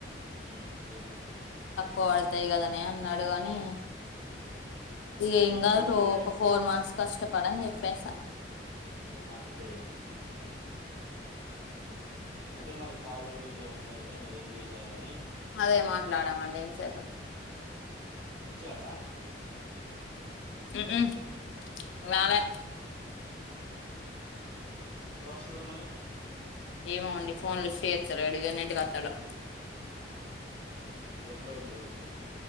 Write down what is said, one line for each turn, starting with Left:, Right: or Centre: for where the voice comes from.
Right: హ్మ్
Left: కోడతాయి కదనే అన్నాడు కాని ఏం
Right: రీస్తుంటే
Left: కాదు ఒక ఫోర్ మంత్స్ కష్టపడని చెప్పేసా
Right: అంతే ఇగ అదతే మరి కాల్ వెయిటింగ్ లో ఉంద అయితే మరి ఏం చేసారని
Left: అదే మాట్లాడామండి ఇంతసేపు
Right: వచ్చాడా
Left: మ్మ్ మ్మ్ రాలే
Right: ఎప్పుడు వస్తాడు మరి
Left: ఏమో అండి ఫోన్లు లిఫ్ట్ చెత్తలేడు ఎన్నిఇంటికి వస్తాడో
Right: లోపట ఉండవచ్చు